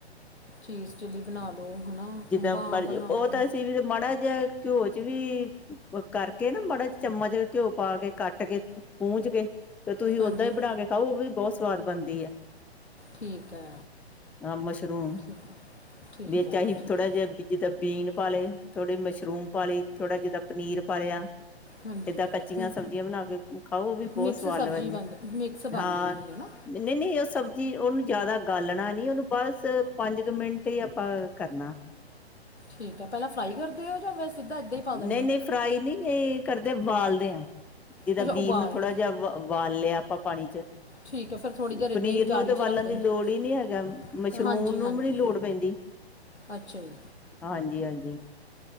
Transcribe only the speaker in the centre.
ਜਿੱਦਾਂ
ਮਰ
ਉਹ
ਤਾ ਅਸੀਂ ਵੀ ਮਾੜਾ ਜਾ ਘਿਓ'ਚ ਵੀ ਕਰਕੇ ਨਾ, ਬੜਾ ਚਮਚ ਘਿਓ ਪਾਕੇ ਕੱਟਕੇ, ਪੂੰਜਕੇ, ਤੇ ਤੁਹੀ ਓਦਾਂ
ਹੀ ਬਣਾਕੇ ਖਾਓ, ਉਹ ਵੀ ਬਹੁਤ ਸਵਾਦ ਬਣਦੀ ਐ।
ਮਸ਼ਰੂਮ
ਵਿੱਚ
ਅਸੀਂ
ਥੋੜਾ
ਜਿਹਾ ਜਿੱਦਾਂ ਬੀਨ ਪਾ ਲਏ, ਥੋੜੇ ਮਸ਼ਰੂਮ ਪਾਲੇ, ਥੋੜਾ ਜਿੱਦਾਂ ਪਨੀਰ ਪਾ ਲਿਆ
ਇਹਦਾਂ ਕੱਚੀਆਂ ਸਬਜ਼ੀਆਂ ਬਣਾਕੇ ਖਾਓ, ਓਹ ਵੀ ਬਹੁਤ
ਸਵਾਦ
ਲਵੰਦੀ,
ਹਾ।
ਨਹੀਂ-ਨਹੀਂ, ਉਹ ਸਬਜ਼ੀ, ਉਹਨੂੰ ਜਿਆਦਾ ਗਾਲਣਾ ਨੀ, ਉਹਨੂੰ ਬਸ, ਪੰਜ ਕੁ ਮਿੰਟ ਹੀ ਆਪਾਂ ਕਰਨਾ।
ਨਹੀਂ-ਨਹੀਂ,
ਫ੍ਰਾਈ ਨਹੀਂ ਕਰਦੇ ਵਾਲਦੇ ਆਂ, ਜਿਦਾਂ
ਬੀ
ਨੂੰ ਥੋੜ੍ਹਾ
ਜਿਹਾ ਵਾਲ ਲਿਆ ਆਪਾ ਪਾਣੀ'ਚ।
ਪਨੀਰ
ਨੂੰ
ਤੇ
ਬਾਲਣ
ਦੀ ਲੋੜ ਹੀ ਨਹੀਂ ਹੈਗਾ, ਮਸ਼ਰੂਮ
ਨੂੰ
ਵੀ ਨੀ ਲੋੜ ਪੈਂਦੀ।
ਹਾਂਜੀ-ਹਾਂਜੀ।